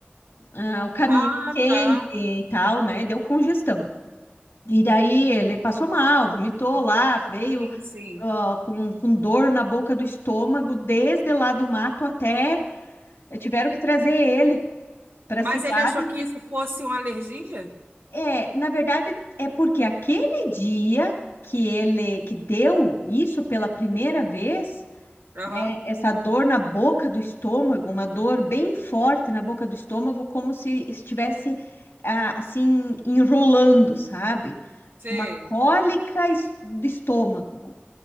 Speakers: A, on the left; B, on the right.
A: ah, o caminho
B: Ah,
A: quente
B: tá.
A: e tal, né? Deu congestão. E daí ele passou mal, vomitou lá, veio
B: Sim, sim.
A: ó, com, com dor na boca do estômago, desde lá do mato até eh, tiveram que trazer ele para
B: Mas
A: a cidade.
B: ele achou que isso fosse uma alergia?
A: É, na verdade, é porque aquele dia que ele que deu isso pela primeira vez,
B: Aham.
A: né, essa dor na boca do estômago, uma dor bem forte na boca do estômago, como se estivesse ah, assim enrolando, sabe?
B: Sei.
A: Uma cólica es- do estômago,